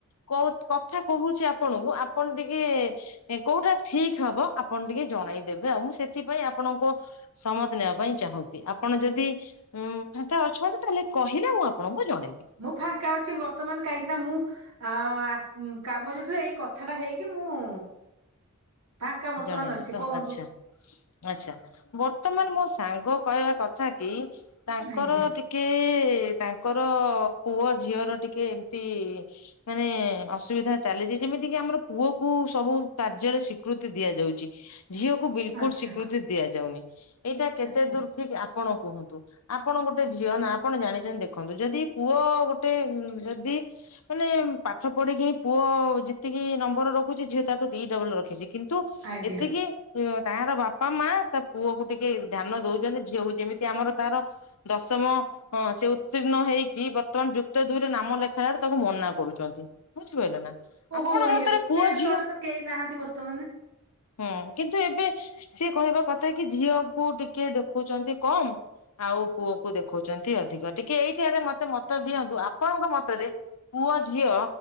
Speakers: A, on the left; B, on the right.
A: କଉ କଥା କହୁଛି ଆପଣଙ୍କୁ ଆପଣ ଟିକେ କୋଉଟା ଠିକ ହବ ଆପଣ ଟିକେ ଜଣେଇଦେବେ ଆଉ ମୁଁ ସେଥିପାଇଁ ଆପଣଙ୍କ ସମତି ନେବା ପାଇଁ ଚାହୁଁ ଚି ଆପଣ ଯଦି ଫାଙ୍କା ଉଁ ଅଛନ୍ତି ତାହେଲେ କହିଲେ ମୁଁ ଆପଣଙ୍କୁ ଜଣେଇବି।
B: ମୁଁ ଫାଙ୍କା ଅଛି ବର୍ତ୍ତମାନ, କାହିଁକିନା ମୁଁ ଆ କାମ ରେ ଏଇ କଥାଟା ହେଇକି କି ମୁଁ ଫାଙ୍କା ବର୍ତ୍ତମାନ
A: ଜଣେଇଦେବୀ
B: ଅଛି
A: ତ
B: କୁହନ୍ତୁ
A: ଆଚ୍ଛା ଆଛା ବର୍ ବର୍ତ୍ତ ମାନ ମୋ ସାଙ୍ଗ କହିବା କଥା କି ତାଙ୍କର
B: ଆଜ୍ଞା
A: ଟି କେ ତାଙ୍କର ପୁଅ ଝିଅର ଟିକେ ଏମତି ମାନେ ଅସୁବିଧା ଚାଲିଛି ଯେମିତି କିି ଆମର ପୁଅ କୁ ସବୁ କାର୍ଯ୍ୟରେ ସ୍ଵିକୃତି ଦିଆଯାଉଚି। ଝିଅକୁ ବିଲକୁଲ
B: ଆଚ୍ଛା
A: ସ୍ଵିକୃତି ଦିଆଯାଉନି। ଏଇଟା କେତେ
B: ଆଚ୍ଛା
A: ଦୂର ଠିକ୍? ଆ କଣ କୁହନ୍ତୁ? ଆପଣ ଗୋଟେ ଝିଅ ନା ଆପଣ ଜାଣିଚନ୍ତି ଦେଖନ୍ତୁ। ଯଦି ପୁଅ ଗୋଟେ ଉ ଯଦି ମାନେ ପାଠ ପଢିକି ହିଁ ପୁଅ ଯେତିକି ନମ୍ବର ରଖୁଚି ଝିଅ ତାଠୁ ଦି ଡବଲ ରଖିଚି। ତୁ
B: ଆଜ୍ଞା
A: ଏତିକି ଏ ତାଙ୍କର ବାପା ମା ତା ପୁଅ କୁ ଟିକେ ଧ୍ୟାନ ଦଉଚନ୍ତି ଝିଅକୁ ଯେମିତି ଆମର ତାର ଦଶମ। ହଁ ସେ ଉତ୍ତୀର୍ଣ୍ଣ ହେଇକି ବର୍ତ୍ତମାନ ଯୁକ୍ତ ଦୁଇରେ ନାମ ଲେଖାଇ ବଡୁ ତାକୁ ମନା କରୁଚନ୍ତି। ବୁଝିପାରିଲେ ନା?
B: ଓହୋ
A: ଆପଣ ମତରେ
B: ଏତେ
A: ପୁଅ ଝିଅ
B: ତଳେ ତ କେହି ନାହାନ୍ତି ବର୍ତ୍ତମାନ।
A: ହୁଁ କିନ୍ତୁ ଏବେ ସିଏ କହିବା କଥା କି ଝିଅକୁ ଟିକେ ଦେଖଉଚନ୍ତି କମ। ଆଉ ପୁଅ କୁ ଦେଖଉଚନ୍ତି ଅଧିକ ଟିକେ। ଏଇଠି ରେ ମତେ ମତ ଦିଅନ୍ତୁ ଆପଣଙ୍କ ମତରେ ପୁଅ ଝିଅ